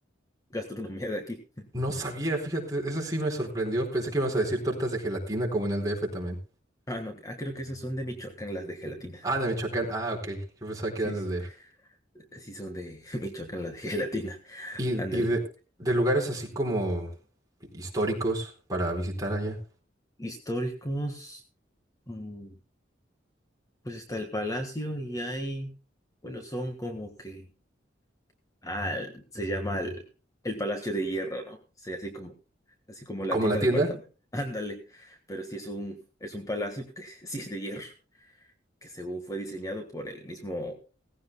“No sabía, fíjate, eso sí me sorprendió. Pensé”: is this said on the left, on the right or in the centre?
Right